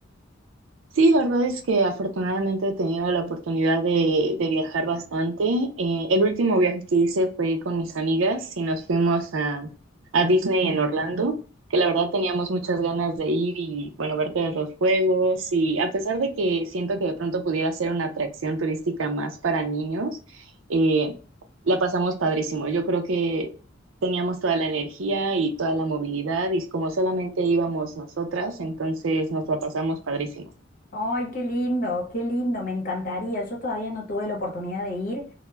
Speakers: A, on the right; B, on the left.
A: Sí, la verdad es que afortunadamente he tenido la oportunidad de, de viajar bastante. Eh, el último viaje que hice fue con mis amigas y nos fuimos a, a Disney en Orlando, que la verdad teníamos muchas ganas de ir y, bueno, ver todos los juegos. Y a pesar de que siento que de pronto pudiera ser una atracción turística más para niños, eh, la pasamos padrísimo. Yo creo que teníamos toda la energía y toda la movilidad y como solamente íbamos nosotras, entonces nos la pasamos padrísimo.
B: Ay, qué lindo, qué lindo, me encantaría. Yo todavía no tuve la oportunidad de ir.